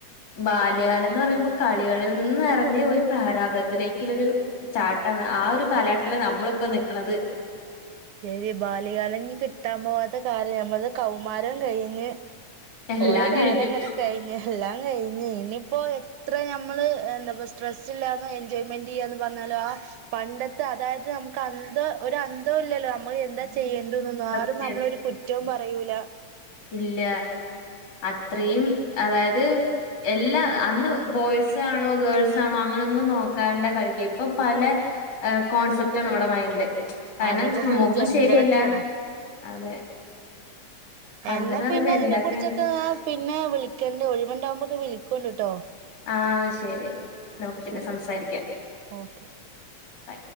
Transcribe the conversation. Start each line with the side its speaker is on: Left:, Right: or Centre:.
Left: ബാല്യകാലം എന്ന് പറയുമ്പോ കളികളിൽ നിന്ന് ഇറങ്ങി ഒരു പ്രാരാബ്ദത്തിലേക്കുള്ളൊരു ചാട്ടാണ് ആ ഒരു കാലഘട്ടത്തിലാ നമ്മളിപ്പോ നിക്കണത്
Right: ശെരി ബാല്യകാലം കിട്ടാൻ പോവാത്ത കാര്യം ഞമ്മക്ക് കൗമാരം കഴിഞ്ഞ്
Left: എല്ലാം
Right: ഓരോ കാലം
Left: കഴിഞ്ഞു.
Right: എങ്ങനെ കഴിഞ്ഞ് എല്ലാം കഴി ഇ ഇനിയിപ്പോ എത്ര ഞമ്മള് എന്താ സ്ട്രെസ്സ് ഇല്ലാന്നോ എൻജോയ്മെന്റ് ചെയ്യാന്ന് പറഞ്ഞാലോ ആ പണ്ടത്തെ അതായത് നമുക്ക് അന്ത ഒരു അന്തവും ഇല്ലല്ലോ നമ്മള് എന്താ ചെയ്യേ ണ്ടതെന്നൊന്നും
Left: സത്യം.
Right: ആരും നമ്മളെ ഒരു കുറ്റവും പറ കഴിയൂല
Left: ഇല്ല അത്രയും അതായത് എല്ലാ അന്ന് ബോയ്സാണോ ഗേൾസാണോ അങ്ങനൊന്നും നോക്കാണ്ട കളിക്ക ഇപ്പൊ പല കോൺസെപ്റ്റാണ് നമ്മടെ മൈൻില് കാരണം
Right: അതേപ്പോ
Left: സമൂഹം
Right: ഫുള്ള് ജെൻഡറൊക്കെയാണ്
Left: ശരിയല്ല അതെ പണ്ട്ന്ന്
Right: എന്നാ
Left: പറയുമ്പോ
Right: പിന്നെ ഇതിനെ
Left: എന്തൊക്കെ
Right: കുുറിച്ചൊക്കെ പിന്നെ വിളിക്കണ്ട് ഒഴിവുണ്ടാവുമ്പോൊക്കെ വിളിക്കണ്ട് കേട്ടോ
Left: ആഹ് ശരി. നമുക്ക്
Right: ആഹ
Left: പിന്നെ
Right: ശരി
Left: സംസാരിക്കാം.
Right: Okay
Left: by.